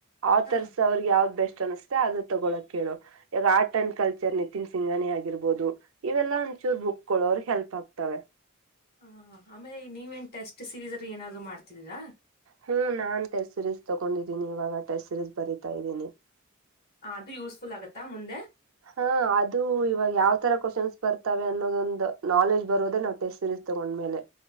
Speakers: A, on the right (about 75°); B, on the left (about 50°).
A: ಆವ್
B: ಹಾ
A: ತರ್ಸ ಅವ್ರಗ್ ಯಾವ್ದ್ ಬೆಸ್ಟ್ ಅನ್ಸ್ತ. ತಾ ಅದು ತಗೊಳಕ್ ಕೇಳು ಈಗ art and culture Nitin Singhania ಆಗಿರ್ಬೋದು. ಇವೆಲ್ಲ ಒಂಚೂರು ಬುಕ್ಗಳು ಅವ್ರಿಗೆ ಹೆಲ್ಪ್. ಸತ್ತವೇ.
B: ಹಾ ಆಮೇಲೆ ನೀವೇನ್ ಟೆಸ್ಟ್ ಸೀರೀಸ್. ಏನಾದ್ರೂ ಮಾಡ್ತಿದೀರಾ.
A: ಹ್ಮ್ ನಾನ್ ಟೆಸ್ಟ್ ಸಿರೀಸ್ ತಗೊಂಡಿದ್ದೀನಿ ಇವಾಗ ಟೆಸ್ಟ್ ಸಿರೀಸ್ ಬರತಾ ಇದ್ದೀನಿ.
B: ಆ ಅದು ಯೂಸ್ಫುಲ್ ಆಗತ್ತಾ ಮುಂದೆ.
A: ಹಾ ಅದು ಇವಾಗ ಯಾವ್ ತರ ಕ್ವಶನ್ಸ್ ಬರ್ತವೆ ಅನ್ನೋದೊಂದು ನಾಲೆಜ್ ಬರೋದೇ ನಾವ್ ಟೆಸ್ಟ್ ಸೀರೀಸ್ ತಗೊಂಡ್ಮೇಲೆ.